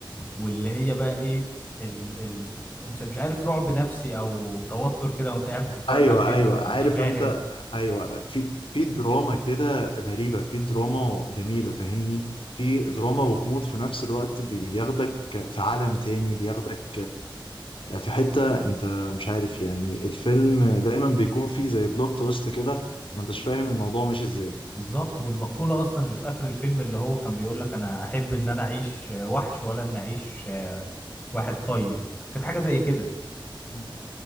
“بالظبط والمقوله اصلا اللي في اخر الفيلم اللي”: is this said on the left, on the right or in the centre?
Left